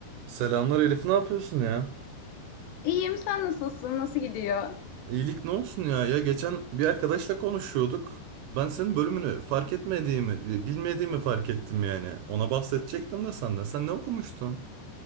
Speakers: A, on the right; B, on the left.
A: Selamlar Elif, ne yapıyorsun ya?
B: İyiyim, sen nasılsın? Nasıl gidiyor?
A: İyilik ne olsun ya? Ya geçen bir arkadaşla konuşuyorduk. Ben senin bölümünü fark etmediğimi, bilmediğimi fark ettim yani. Ona bahsedecektim de senden. Sen ne okumuştun?